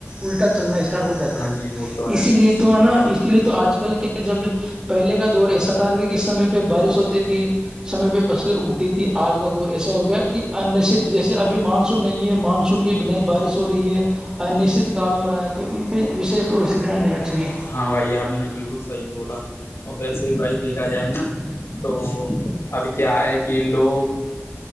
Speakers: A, on the right; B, on the left.
A: الٹا چلنا اسٹارٹ ہو جاتا
B: ہاں
A: ہے
B: جی وہ تو ہے
A: اسی لیے <unintelligible> ہے نا اسی لیے تو آج کل کے جب پہے کا دور ایسا تھا تھا کہ سمے پہ بارش ہوتی تھی سمے پہ فصلیں اگتی تھی آج کا دور ایسا ہو گیا کہ انشچت جیسے ابھی مانسون نہیں ہے مانسون سن کے بھی نئی بارش ہو رہی ہے انشچت کال ہو رہا ہے تو ان پہ وشیش طور سے دھیان دینا چاہیے
B: ہاں بھائی آپ نے بالکل صحیح بولا اور ویسے بھی بھائی دیکھا جائے نا تو اب کیا ہے کہ لوگ